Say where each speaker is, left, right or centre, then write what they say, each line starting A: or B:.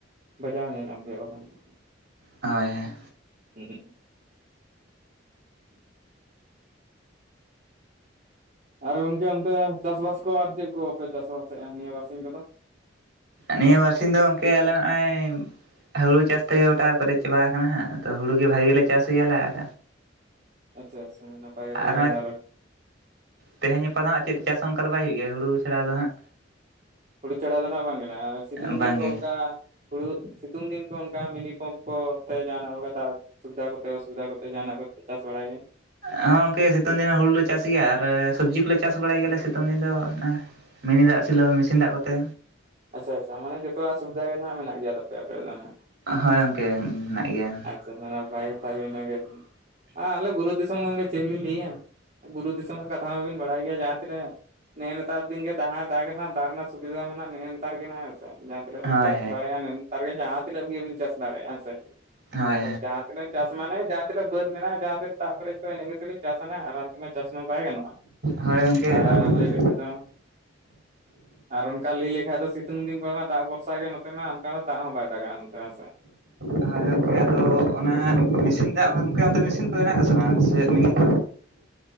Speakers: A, on the right; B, on the right.
A: ᱵᱟᱡᱟᱣ ᱧᱮᱞ ᱧᱟᱢ ᱠᱮᱭᱟ ᱵᱟᱠᱷᱟᱱ ᱫᱚ
B: ᱦᱳᱭ ᱦᱳᱭ
A: ᱦᱩᱸ ᱦᱩᱸ ᱟᱨ ᱜᱚᱝᱠᱮ ᱚᱱᱛᱮ ᱪᱟᱥᱵᱟᱥ ᱠᱚ ᱟᱨ ᱪᱮᱫ ᱠᱚᱯᱮ ᱪᱟᱥ ᱵᱟᱥᱮᱫᱼᱟ ᱱᱤᱭᱟᱹ ᱵᱟᱨᱥᱤᱧ ᱠᱚᱫᱚ
B: ᱱᱤᱭᱟᱹ ᱵᱟᱨᱥᱤᱧ ᱫᱚ ᱜᱚᱝᱠᱮ ᱟᱞᱮ ᱱᱚᱜᱼᱚᱭ ᱦᱩᱲᱩ ᱪᱟᱥ ᱛᱮᱜᱮ ᱜᱚᱴᱟ ᱯᱮᱡ ᱪᱟᱵᱟ ᱟᱠᱟᱱᱟᱟᱱᱟ ᱦᱟᱸᱜ ᱛᱚ ᱦᱩ ᱜᱮ ᱵᱷᱟᱜᱤ ᱪᱟᱥ ᱦᱩᱭᱭᱟᱞᱮ ᱟᱨ
A: ᱟᱪᱪᱷᱟ ᱟᱪᱪᱷᱟ ᱱᱟᱯᱟᱭ ᱠᱟᱛᱷᱟ
B: ᱟᱨᱦᱚᱸ
A: ᱜᱮ ᱟᱨ
B: ᱛᱮᱦᱮᱧᱯᱟ ᱦᱟᱸᱜ ᱪᱮᱫ ᱪᱟᱥ ᱚᱱᱠᱟ ᱫᱚ ᱵ ᱦᱩᱭᱩᱜ ᱜᱮ ᱦᱩ ᱪᱷᱟᱲᱟ ᱫᱚ ᱦᱟᱸᱜ
A: ᱦᱩᱲᱩ ᱪᱷᱟᱲᱟᱟᱣ ᱫᱚ ᱱᱟᱜ ᱵᱟᱝ ᱠᱟᱱᱟ ᱟᱨ ᱥᱤᱛᱩᱝ
B: ᱵᱟᱝᱜᱮ
A: ᱫᱤᱱ ᱠᱚ ᱚᱱᱠᱟ ᱦᱩᱲᱩ ᱥᱤᱛᱩᱝ ᱫᱤᱱ ᱠᱚ ᱚᱱᱠᱟ ᱢᱤᱱᱤ ᱯᱚᱢᱯ ᱠᱚᱛᱮ ᱡᱟᱦᱟᱱᱟᱜ ᱚ ᱠᱟᱛ ᱥᱩᱵᱤᱫᱷᱟ ᱠᱚᱛᱮ ᱚᱥᱩᱵᱤᱫᱟ ᱠᱚᱛᱮ ᱡᱟᱦᱟᱱᱟᱜ ᱠᱚᱛᱮ ᱪᱟᱥ ᱵᱟᱲᱟᱭ ᱜᱮ
B: ᱦᱚᱸᱮ ᱜᱚᱝᱠᱮ ᱥᱤᱛᱩᱝ ᱫᱤᱱ ᱦᱩᱲᱩᱞ ᱞᱮ ᱜᱮᱭᱟ ᱟᱨ ᱥᱚᱵᱽᱡᱤ ᱠᱚᱞᱮ ᱪᱟᱥ ᱵᱟᱲᱟᱭ ᱥᱤᱛᱩᱝ ᱫᱤᱱ ᱫᱚ ᱢᱤᱱᱤ ᱫᱟᱜ ᱥᱤᱥᱤᱞᱚᱜ ᱢᱥᱤᱱ ᱫᱟᱜ ᱠᱚᱛᱮ
A: ᱟᱪᱪᱷᱟ ᱟᱪᱪᱷᱟᱟᱱᱮ ᱡᱚᱛᱚᱣᱟᱜ ᱥᱩᱵᱤᱫᱷᱟ ᱜᱮ ᱱᱟᱜ ᱢᱮᱱᱟᱜ ᱜᱮᱭᱟᱯᱮ ᱟᱯᱮᱭᱟᱜ ᱱᱟᱜ
B: ᱦᱳᱭ ᱜᱚᱝᱠᱮ ᱦᱮᱱᱟᱜ ᱜᱮᱭᱟ
A: ᱟᱪᱪᱷᱟ ᱱᱟᱯᱟᱭ ᱠᱟᱛᱷᱟ ᱜᱮ ᱤᱱᱟᱹᱜᱮ ᱟᱨ ᱟᱞᱮ ᱵᱩᱨᱩ ᱫᱤᱥᱚᱢ ᱜᱚᱝᱠᱮ ᱪᱮᱫ ᱞᱤᱧ ᱞᱟᱹᱭᱟ ᱵᱩᱨᱩ ᱫᱤᱥᱚᱢᱟᱜ ᱠᱟᱛᱷᱟ ᱦᱚᱸᱵᱤᱱ ᱵᱟᱲᱟᱭ ᱜᱮᱭᱟ ᱡᱟᱦᱟᱸ ᱛᱤᱱᱟᱹᱜ ᱱᱤᱭᱟᱹ ᱱᱮᱛᱟᱨ ᱫᱤᱱ ᱜᱮ ᱫᱟᱭ ᱫᱟᱜᱟ ᱦᱟᱜ ᱫᱟᱜ ᱨᱮᱱᱟᱜ ᱥᱩᱵᱤᱫᱟ ᱢᱮᱱᱟᱜᱼᱟ ᱱᱤᱭᱟᱹ ᱱᱮᱛᱟᱨ ᱜᱮᱮ ᱦᱥᱮ ᱛᱤᱱᱟᱹᱜ
B: ᱦᱳᱭ
A: ᱵᱤᱱ ᱪᱟᱥ ᱫᱟᱲᱮᱭᱟᱜᱼᱟ ᱱᱮᱛᱟᱨ ᱜᱮ ᱡᱟᱦᱟᱸ ᱛᱤᱱᱟᱹᱜ ᱜᱮᱵᱤᱱ ᱪᱟᱥ ᱫᱟᱲᱮᱭᱟᱜᱼᱟᱮᱸ ᱥᱮ
B: ᱦᱳᱭ
A: ᱟᱨ ᱡᱟᱦᱟᱸ ᱛᱱᱟᱹᱜ ᱪᱟᱥ ᱢᱟᱱᱮ ᱡᱟᱦᱟᱸ ᱛᱤᱱᱟᱹᱜ ᱵᱟᱹᱫᱽ ᱢᱮᱱᱟᱜᱼᱟ ᱡᱟᱦᱟᱸ ᱛᱤᱱᱟᱹᱜ ᱫᱟᱜ ᱯᱨᱮ ᱠᱚ ᱤᱱᱟᱹ ᱜᱮᱤᱥᱮᱤᱧ ᱪᱟᱥᱟᱱᱟ ᱟᱨ ᱪᱟᱥ ᱢᱟ ᱵᱟᱭ ᱜᱟᱱᱚᱜᱼᱟ
B: ᱦᱳᱭ ᱜᱚᱝᱠᱮ
A: ᱟᱨ
B: ᱚᱱᱟ ᱢᱟ
A: ᱞᱟᱹᱭ ᱞᱮᱠᱷᱟᱱ ᱫᱚ <inaudible> ᱟᱨ ᱚᱱᱠᱟ ᱞᱟᱹᱭ ᱞᱮᱠᱷᱟᱡ ᱫᱚ ᱥᱤᱛᱩᱝ ᱫᱤᱱ ᱠᱚᱨᱮᱢᱟ ᱫᱟᱜ ᱵᱷᱚᱨᱥᱟ ᱜᱮ ᱱᱚᱛᱮ ᱢᱟ ᱚᱱᱠᱟ ᱫᱚ ᱫᱟᱜ ᱦᱚᱸ ᱵᱟᱭ ᱫᱟᱜᱟ ᱮᱱᱛᱮ <unintelligible>
B: ᱦᱳᱭ ᱜᱚᱝᱠᱮ ᱟᱫᱚ ᱚᱱᱟ ᱢᱮᱥᱤᱱ ᱫᱟᱜ ᱜᱚᱢᱠᱮ ᱚᱱᱛᱮ ᱢᱮᱥᱤᱱ ᱠᱚ ᱦᱮᱱᱟᱜ-ᱟ ᱥᱮ ᱵᱟᱝ ᱥᱮ ᱢᱤᱱᱤ ᱠᱚ?